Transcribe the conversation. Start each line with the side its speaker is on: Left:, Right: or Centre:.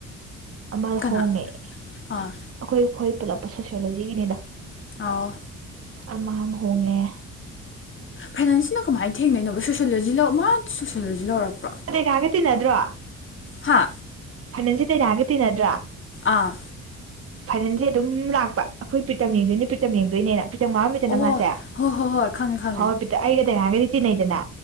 Right: ꯑꯃ
Left: ꯀꯅꯥ
Right: ꯍꯣꯡꯉꯦ ꯑꯩꯈꯣꯏ
Left: ꯑꯥ
Right: ꯑꯩꯈꯣꯏ ꯄꯨꯜꯂꯛꯄ ꯁꯣꯁꯤꯌꯣꯂꯣꯖꯤꯒꯤꯅꯤꯅ
Left: ꯑꯣ
Right: ꯑꯃꯝ ꯍꯣꯡꯒꯦ
Left: ꯐꯥꯏꯅꯥꯟꯁꯤꯅ ꯀꯃꯥꯏꯅ ꯊꯦꯡꯅꯩꯅꯕ ꯁꯣꯁꯤꯣꯂꯣꯖꯤ ꯂ ꯃꯥꯅ ꯁꯣꯁꯤꯣꯂꯣꯖꯤ ꯂꯧꯔꯛꯄ
Right: ꯃꯦꯙꯥꯒ ꯇꯤꯅꯗꯔꯣ
Left: ꯍꯥ
Right: ꯐꯅꯟꯁꯦ ꯇꯤꯅꯥꯒ ꯇꯤꯟꯅꯗ꯭ꯔꯥ
Left: ꯑꯥ
Right: ꯐꯅꯟꯁꯦ ꯑꯗꯨꯝ ꯂꯥꯛꯄ ꯑꯩꯈꯣꯏ ꯄꯔꯤꯇꯝ ꯌꯦꯡꯗꯣꯏꯅꯦ ꯄꯔꯤꯇꯝ ꯌꯦꯡꯗꯣꯏꯅꯦꯅ ꯄꯔ꯭ꯤꯇꯝ ꯉꯥꯎꯔꯝꯃꯤꯗꯅ
Left: ꯑꯣ
Right: ꯃꯥꯁꯦ
Left: ꯍꯣ ꯍꯣ ꯍꯣꯏ ꯈꯪꯉꯦ ꯈꯪꯉꯦ
Right: ꯍꯣꯏ ꯍꯣꯏ ꯄꯔ꯭ꯤꯇꯥꯝ ꯑꯩꯒ ꯗꯥꯏꯅꯥꯒꯗꯤ ꯇꯤꯟꯅꯩꯗꯅ